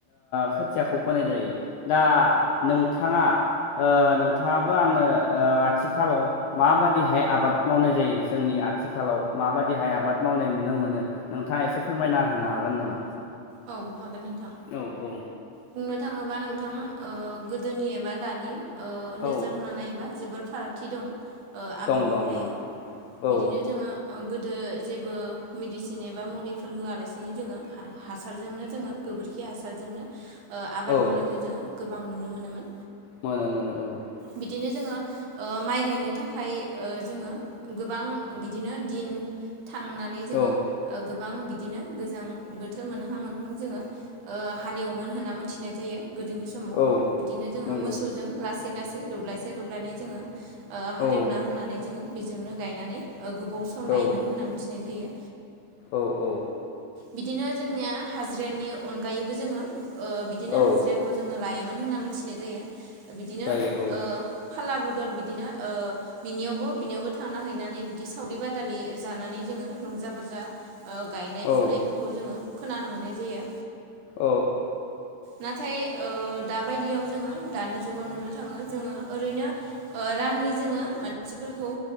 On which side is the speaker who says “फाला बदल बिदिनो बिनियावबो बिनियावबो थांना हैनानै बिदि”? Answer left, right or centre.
Right